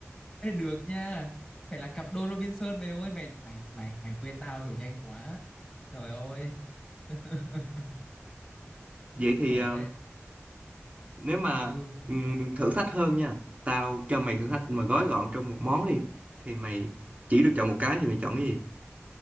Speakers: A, in the centre; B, on the right (about 30°).
A: ê được nha. Phải là cặp đôi Robinson mày ơi, mày mày mày mày quên tao rồi nhanh quá. Trời ơi. <laughs>
B: vậy thì
A: Ồ
B: ờ,
A: đấy.
B: nếu mà
A: Ừ.
B: ừm, thử thách hơn nha tao cho mày thử thách mà gói gọn trong một món đi thì mày chỉ được chọn một cái thì mày chọn cái gì